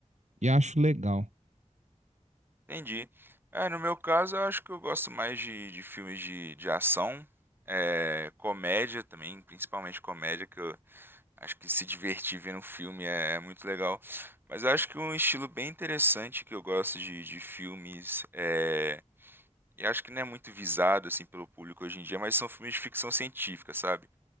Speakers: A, on the right; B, on the right.
A: e acho legal.
B: Entendi. É, no meu caso, eu acho que eu gosto mais de, de filmes de, de ação, é, comédia também, principalmente comédia, que eu acho que se divertir vendo um filme é, é muito legal. Mas eu acho que um estilo bem interessante que eu gosto de, de filmes, é, e acho que não é muito visado assim pelo público hoje em dia, mas são filmes de ficção científica, sabe?